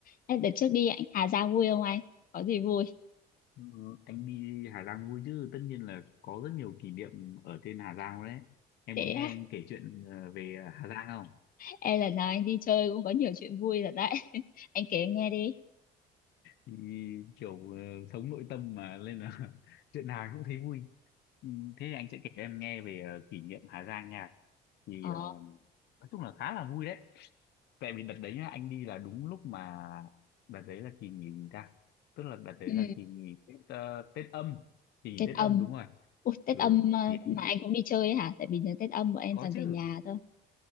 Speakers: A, on the left (about 55°); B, on the left (about 75°).
A: Ê, đợt trước đi anh Hà Giang vui không anh? Có gì vui?
B: Ừ, anh đi Hà Giang vui chứ tất nhiên là có rất nhiều kỷ niệm ở trên Hà Giang đấy em
A: Thế
B: muốn nghe
A: á,
B: anh kể chuyện ờ, về Hà Giang không
A: em lần nào anh đi chơi cũng có nhiều chuyện vui rồi đấy. <laughs> Anh kể em nghe đi.
B: thì kiểu ờ, sống nội tâm mà nên là <laughs> chuyện nào cũng thấy vui Ừ, thế thì anh sẽ kể em nghe về ờ, kỷ niệm Hà Giang nha thì
A: Ờ,
B: ờ, nói chung là khá là vui đấy tại vì đợt đấy nhá, anh đi là đúng lúc mà đợt đấy là kỳ nghỉ gì ta tức là đợt đấy
A: ừ,
B: là kỳ nghỉ Tết ờ, Tết âm kỳ nghỉ
A: Tết
B: Tết
A: âm.
B: âm đúng rồi
A: Ui, Tết
B: ừ
A: âm ờ,
B: thì anh
A: mà anh cũng đi chơi ấy hả? Tại bình thường Tết âm bọn em
B: có
A: toàn
B: chứ
A: về nhà thôi.